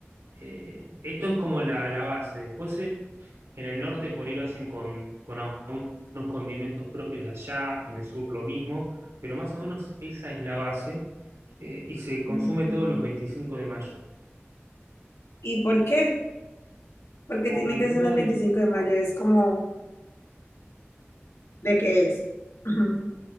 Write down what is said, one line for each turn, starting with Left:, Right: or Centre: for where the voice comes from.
Right: eh, esto es como la, la base. Después eh, en el norte por ahí lo hacen con, con algunos condimentos propios de allá, en el sur lo mismo, pero más o menos esa es la base eh, y se consume
Left: Ujú.
Right: todos los 25 de mayo.
Left: ¿Y por qué? Porque
Right: Por
Left: tiene
Right: el
Left: que
Right: día
Left: ser los 25
Right: de
Left: de mayo, es como, ¿de qué es? <laughs>